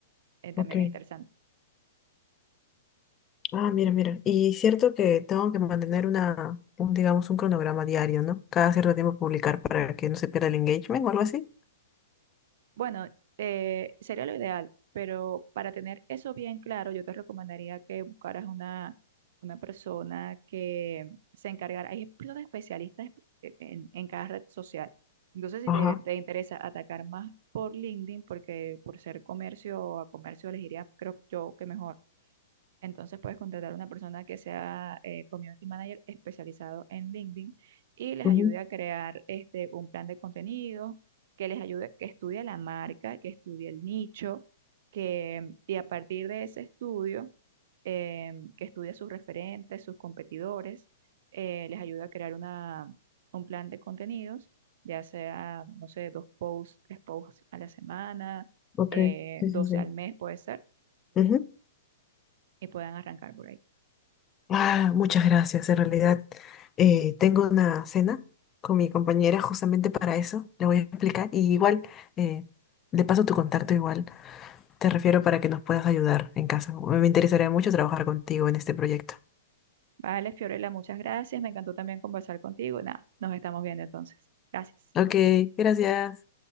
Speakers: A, on the right; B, on the left.
A: eh, también
B: Ok.
A: es interesante.
B: Ah, mira, mira. Y cierto que tengo que mantener una, un, digamos, un cronograma diario, ¿no? Cada cierto tiempo publicar para que no se pierda el engagement o algo así.
A: Bueno, eh, sería lo ideal, pero para tener eso bien claro, yo te recomendaría que buscaras una, una persona que se encargara. Hay personas especialistas e- en, en cada red social. Entonces, si
B: Ajá.
A: te, te interesa atacar más por LinkedIn, porque por ser comercio a comercio elegiría, creo yo que mejor. Entonces puedes contratar a una persona que sea eh, community manager especializado en LinkedIn y les
B: ujú,
A: ayude a crear este, un plan de contenido, que les ayude, que estudie la marca, que estudie el nicho, que, y a partir de ese estudio, eh, que estudie sus referentes, sus competidores, eh, les ayude a crear una, un plan de contenidos, ya sea, no sé, dos posts, tres posts a la semana,
B: Ok.
A: eh,
B: Sí,
A: 12
B: sí, sí.
A: al mes puede ser
B: Ujú.
A: y puedan arrancar por ahí.
B: Ah, muchas gracias. En realidad, eh, tengo una cena con mi compañera justamente para eso. Le voy a explicar. Y igual, eh, le paso tu contacto igual. Te refiero para que nos puedas ayudar en casa. Me interesaría mucho trabajar contigo en este proyecto.
A: Vale, Fiorella, muchas gracias. Me encantó también conversar contigo. Nada, nos estamos viendo entonces. Gracias.
B: Ok, gracias.